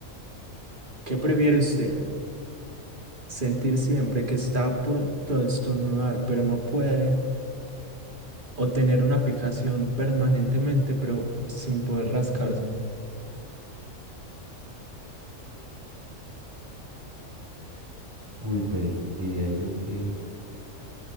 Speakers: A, on the right (about 40°); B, on the right (about 15°).
A: ¿Qué prefiere usted? ¿Sentir siempre que está a punto de estornudar, pero no puede? ¿O tener una picazón permanentemente, pero sin poder rascarse?
B: Uy, pues diría yo que,